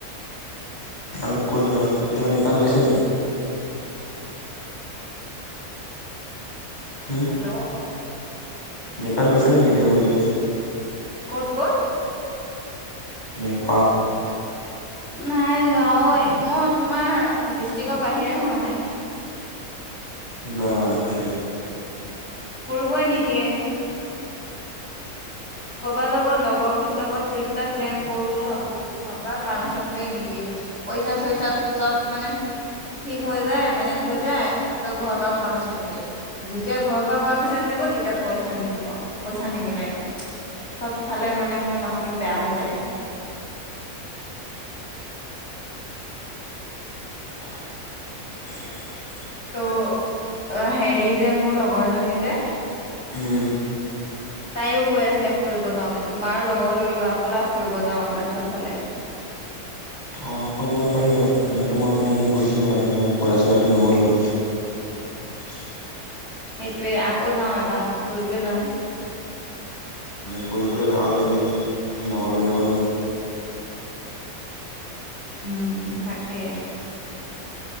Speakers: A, on the left; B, on the left.
A: আৰু ক'ত যোৱা, কেতিয়াবা নেপাল গৈছা নেকি? উম
B: হেল্ল'!
A: নেপাল গৈছা নেকি এতিয়া বুলি সুধিছো।
B: ক'ত ক'ত?
A: নেপাল!
B: নাই যোৱা ঐ মই তোমাৰ ডিষ্ট্ৰিকৰ বাহিৰে হোৱা নাই।
A: বাপৰে!
B: ফুৰিবই নিদিয়ে।
A: উ
B: কৰবাৰ লগত লগৰ খিনিৰ লগত ট্ৰিপ এটা প্লেন কৰো বুলি ভাবো ঘৰৰ পৰা পাৰ্মিশনটোৱে নিদিয়ে। পইচা চইচা চব মানে ঠিক হৈ যায় মেনেজ হৈ যায় ত' ঘৰৰ পৰা পাৰ্মিশন দিদিয়ে। যেতিয়া ঘৰৰ পৰা পাৰ্মিশন দিব তেতিয়া পইচা নিদিব পইচা নিমিলে। চব ফালে মানে মোৰ মাথাটো বেয়া হৈ যায়।
A: <inaudible>
B: ত' হেৰি যে মোৰ লগৰ জনী যে
A: উম <inaudible>
B: তাইয়ও কৈ আছিলে ফুৰিব যাওঁ বুলি তোমাৰো লগৰ লৈ লোৱা বলা ফুৰিব যাওঁ অৰুণাচল ফালে
A: অঁ কৈ যক। পাৰি বাৰু এইবাৰো ত' মই মানে এনেই গৈছিলো আৰু ইমান ফুৰা চুৰাটো নহল বাৰু <unintelligible>
B: সেইটোৱে আকৌ যাওঁ এবাৰ ফুৰিবলৈ যাম
A: ফুৰিবলৈ যাওঁ লাগি লগৰবিলাকৰ লগত
B: উম! তাকে